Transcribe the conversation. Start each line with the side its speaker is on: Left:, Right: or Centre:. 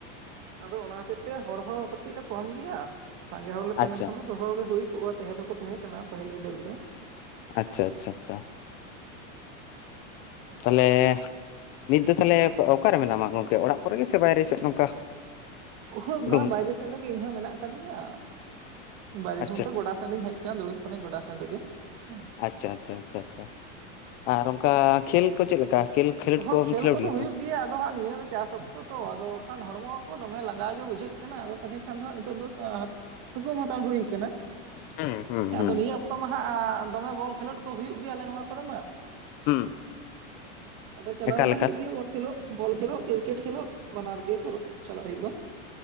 Right: ᱟᱫᱚ ᱚᱱᱟ ᱦᱚᱛᱮᱡ ᱛᱮ ᱦᱚᱲ ᱦᱚᱸ ᱠᱟᱹᱴᱤᱡ ᱞᱮ ᱠᱚᱢ ᱜᱮᱭᱟ ᱥᱟᱸᱜᱮ ᱦᱚᱲᱞᱮ ᱛᱟᱦᱮᱸ
Left: ᱟᱪᱪᱷᱟ
Right: ᱞᱮᱱᱠᱷᱟᱱ ᱫᱚ ᱦᱚᱲᱚ ᱜᱮ ᱦᱩᱭ ᱠᱚᱜᱼᱟ ᱛᱟᱦᱮᱸ ᱫᱚᱠᱚ ᱛᱟᱦᱮᱸ ᱠᱟᱱᱟ ᱯᱟᱹᱦᱤᱞ ᱵᱤᱫᱟᱹᱞ ᱫᱚ
Left: ᱟᱪᱪᱷᱟ ᱟᱪᱪᱷᱟ ᱟᱪᱷᱟ ᱛᱟᱦᱚᱞᱮ ᱱᱤᱛ ᱫᱚ ᱛᱟᱦᱞᱮ ᱚᱠᱟᱨᱮ ᱢᱮᱱᱟᱢᱟ ᱜᱚᱢᱠᱮ ᱚᱲᱟᱜ ᱠᱚᱨᱮ ᱜᱮ ᱥᱮ ᱵᱟᱭᱨᱮ ᱥᱮᱫ ᱱᱚᱝᱠᱟ
Right: ᱩᱸ
Left: ᱩᱰᱩᱝ
Right: ᱢᱟ ᱵᱟᱭᱨᱮ ᱥᱮᱱ ᱨᱮᱡᱮ ᱤᱧ ᱦᱚᱸ ᱢᱮᱱᱟᱜ ᱠᱟᱫᱤᱧᱟ᱾ ᱵᱟᱡᱮ
Left: ᱟᱪᱪᱷᱟ
Right: ᱥᱚᱱᱛᱮ ᱜᱚᱰᱟ ᱥᱮᱱ ᱨᱮᱧ ᱦᱮᱡ ᱟᱠᱟᱱᱟ ᱫᱩᱲᱩᱵ ᱟᱠᱟᱱᱟᱧ ᱜᱚᱰᱟ ᱥᱮᱱ ᱨᱮᱜᱮ ᱦᱮᱸ
Left: ᱟᱪᱪᱷᱟ, ᱟᱪᱪᱷᱟ, ᱟᱪᱪᱷᱟ, ᱟᱪᱪᱷᱟ ᱟᱨ ᱚᱱᱠᱟ ᱠᱷᱮᱞ ᱠᱚ ᱪᱮᱫ ᱞᱮᱠᱟ? ᱠᱷᱮᱞ ᱠᱷᱮᱞᱳᱰ
Right: ᱦᱳ
Left: ᱠᱚᱢ
Right: ᱠᱷᱮᱞ
Left: ᱠᱷᱮᱞᱳᱰ
Right: ᱠᱚᱫᱚ ᱦᱩᱭᱩᱜ
Left: ᱥᱮ
Right: ᱜᱮᱭᱟ ᱟᱫᱚ ᱦᱟᱸᱜ ᱱᱤᱭᱟᱹ ᱫᱚ ᱪᱟᱥᱼᱼ ᱛᱚ <unintelligible> ᱟᱫᱚ ᱠᱷᱟᱱ ᱦᱚᱲᱢᱚ ᱠᱚ ᱫᱚᱢᱮ ᱞᱟᱸᱜᱟ ᱜᱮ ᱵᱩᱡᱷᱟᱹᱜ ᱠᱟᱱᱟ ᱾ ᱟᱫᱚ ᱛᱟᱦᱚᱞᱮ ᱠᱷᱟᱱ ᱫᱚ ᱱᱤᱛᱚᱜ ᱫᱚᱼᱼ ᱛᱷᱩᱠᱟᱹᱢ ᱦᱟᱛᱟᱲ ᱦᱩᱭ ᱠᱟᱱᱟ᱾
Left: ᱵᱟᱝ ᱦᱩᱸ ᱦᱩᱸ
Right: ᱟᱫᱚ
Left: ᱦᱩᱸ
Right: ᱱᱤᱭᱟᱹ ᱚᱠᱛᱚ ᱢᱟ ᱦᱟᱸᱜ ᱫᱚᱢᱮ ᱵᱚᱞ ᱠᱷᱮᱞᱳᱰ ᱠᱚ ᱦᱩᱭᱩᱜ ᱜᱮᱭᱟ ᱟᱞᱮ ᱱᱚᱣᱟ ᱠᱚᱨᱮ ᱢᱟ᱾
Left: ᱦᱩᱸ
Right: ᱟᱫᱚ ᱪᱟᱞᱟᱣ
Left: ᱮᱠᱟᱞ
Right: ᱵᱟᱲᱟ
Left: ᱮᱠᱟᱞ
Right: ᱦᱩᱭᱩᱜ ᱜᱮᱭᱟ ᱵᱚᱞ ᱠᱷᱮᱞᱳᱜ, ᱵᱚᱞ ᱠᱷᱮᱞᱳᱜ, ᱠᱨᱤᱠᱮᱴ ᱠᱷᱮᱞᱳᱜ ᱵᱟᱱᱟᱨ ᱜᱮᱠᱚ ᱪᱟᱞᱟᱜ ᱦᱩᱭᱩᱜᱼᱟ᱾